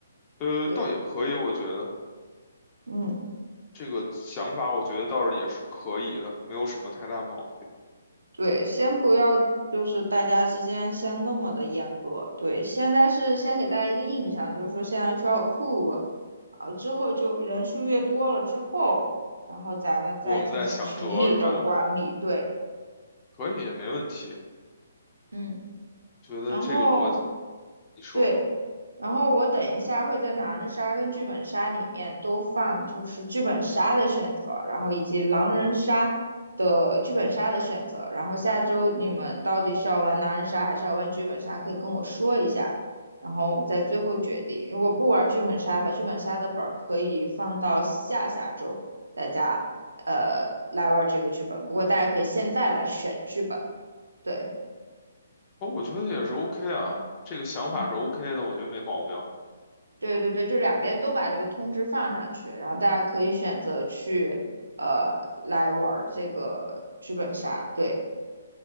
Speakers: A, on the left; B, on the right.
A: 呃，
B: 对，
A: 倒也可以，我觉得
B: 嗯。
A: 这个想法，我觉得倒是也是可以的，没有什么太大毛病。
B: 对，先不要，就是大家之间先那么的严格。对，现在是先给大家一个印象，就是说现在需要有 p 啊，之后就人数越多了之后，然后咱们再进行群里的管理。
A: 我们在想辙是吧？
B: 对，
A: 可以，也没问题。
B: 嗯，
A: 觉得这个逻辑，
B: 然后
A: 你说，
B: 对，然后我等一下会在狼人杀跟剧本杀里面都放，就是剧本杀的选择，然后以及狼人杀的剧本杀的选择。然后下周你们到底是要玩狼人杀还是要玩剧本杀，可以跟我说一下，然后我们再最后决定。如果不玩剧本杀的话，剧本杀的本儿可以放到下下周，大家呃来玩这个剧本。不过大家可以现在来选剧本，对，
A: 哦，我觉得也是 OK 啊，这个想法是
B: 嗯。
A: OK 的，我觉得没毛病，
B: 对对对，就两边都把这个通知放上去，然后大家可以选择去呃来玩儿这个剧本杀。对，